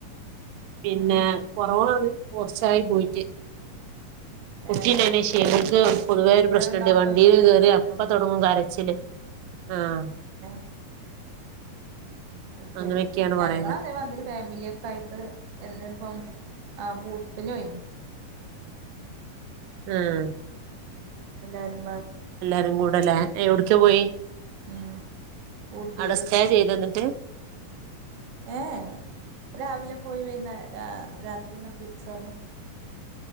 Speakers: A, on the right; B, on the right.
A: പിന്നെ
B: ഉം
A: കൊറോണ വന്ന് കൊറച്ചായി പോയിട്ട് കുട്ടി
B: ഏഹ്
A: <unintelligible> പൊതുവേ
B: കുട്ട്യേള്ണ്ടാവുമ്പോ
A: ഒരു പ്രശ്നമുണ്ട് വണ്ടിയില്
B: പിന്നെ കയ്യൂലല്ലോ
A: കേയറിയാ അപ്പൊ തുടങ്ങും കരച്ചില് ആഹ്
B: <inaudible> ശെരി
A: അങ്ങനെയൊക്കെയാണ്
B: ഞങ്ങ
A: പറയുന്നത്
B: അതേ മതിരി ഫാമിലിയൊക്കെ ആയിട്ട് എന്ന് പ്പം ആ പുട്ട്ന് പോയിനി
A: ആം
B: എല്ലാരും
A: എല്ലാരും കൂടെല്ലേ എവിടക്ക പോയി
B: ഉം ഊട്ടിയില്
A: അടസ്ഥ ചെയ്ത് എന്നിട്ട്
B: ഏ രാവിലെ പോയി <unintelligible> രാ രാത്രി ഇങ്ങോട്ടു തിരിച്ച് വന്നേ